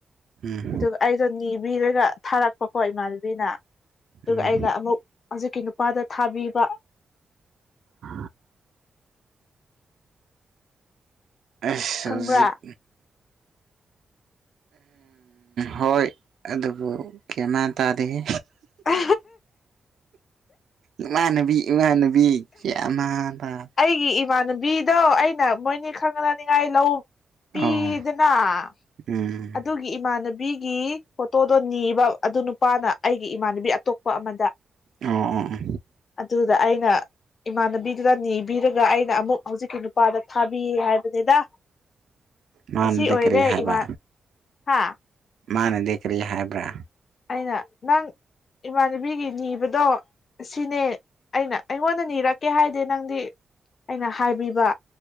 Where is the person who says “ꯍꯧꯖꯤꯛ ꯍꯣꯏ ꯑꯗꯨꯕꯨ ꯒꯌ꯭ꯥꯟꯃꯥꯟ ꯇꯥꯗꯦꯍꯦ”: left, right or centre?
Right